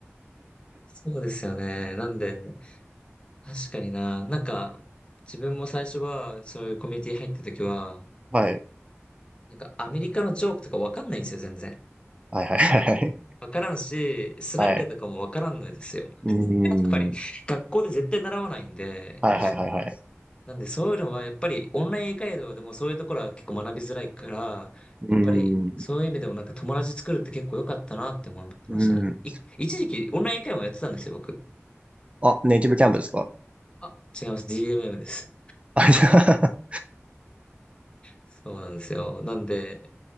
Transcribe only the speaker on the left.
そうですよね。なんで、確かにな。なんか、自分も最初は、そういうコミュニティ入った時は、
なんかアメリカのジョークとかわかんないんですよ、全然。
わからんし、スラングとかもわからんのですよ。
<laughs> やっぱり、学校で絶対習わないんで。
なんで、そういうのは、やっぱり、オンライン英会話でもそういうところは結構学びづらいから、
やっぱり、そういう意味でもなんか友達作るって結構良かったなって思ってましたね。
い、一時期、オンライン英会話もやってたんですよ、僕。
あ、違います。DMM です。
そうなんですよ。なんで、